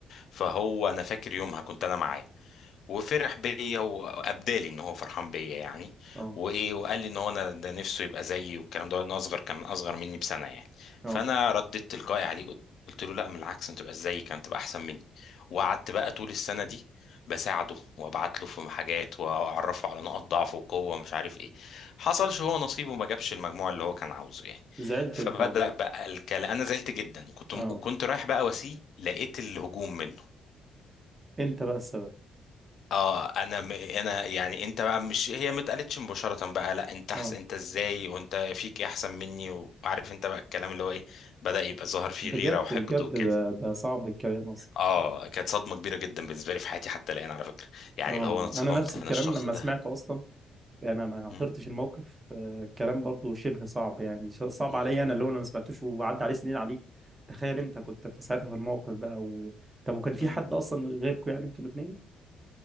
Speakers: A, on the left; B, on the right.
A: فهو انا فاكر يومها كنت انا معاه وفرح بيا وابدالي ان هو فرحان بيا يعني
B: اه
A: وايه وقال لي ان هو انا ده نفسه يبقى زيي والكلام ده انا اصغر كان اصغر مني بسنه يعني
B: اه
A: فانا رديت تلقائي عليه قلت له لا من العكس انت تبقى زيي كانت تبقى احسن مني وقعدت بقى طول السنه دي بساعده وابعت له في حاجات واعرفه على نقط ضعفه وقوه ومش عارف ايه حصلش هو نصيبه ما جابش المجموع اللي هو كان عاوزه يعني
B: زعلت
A: فبدأ
B: انت برضه
A: بقى الكلام انا زعلت جدا وكنت
B: اه
A: وكنت رايح بقى واسيه لقيت الهجوم منه
B: انت بقى السبب
A: اه انا م... انا يعني انت بقى مش هي ما اتقالتش مباشره بقى لا انت
B: اه
A: حس... انت ازاي وانت فيك ايه احسن مني وعارف انت بقى الكلام اللي هو ايه بدأ يبقى ظاهر فيه
B: بجد
A: غيره وحقد
B: بجد
A: وكده
B: ده ده صعب الكلام اصلا
A: اه كانت صدمه كبيره جدا بالنسبه لي في حياتي حتى الان على فكره يعني
B: اه
A: اللي هو انا اتصدمت
B: انا نفس
A: انا
B: الكلام
A: الشخص
B: لما
A: ده
B: سمعته اصلا يعني انا ما
A: مم.
B: حضرتش الموقف آه، الكلام برضو شبه صعب يعني ش- صعب
A: مم.
B: عليا انا اللي هو انا ما سمعتوش وعدى عليه سنين عليك تخيل انت كنت في ساعتها في الموقف بقى و... طب وكان في
A: مم.
B: حد اصلا غيركم يعني انتوا الاثنين